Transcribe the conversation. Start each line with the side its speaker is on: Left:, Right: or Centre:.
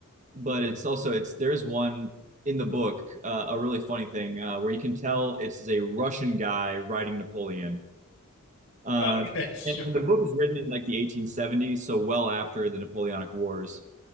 Right: but it's also it's there's one in the book uh, a really funny thing uh, where you can tell it's a Russian guy writing Napoleon. Uh,
Left: Okay, <laughs> sure.
Right: and, and the book is written in like the 1870s, so well after the Napoleonic Wars.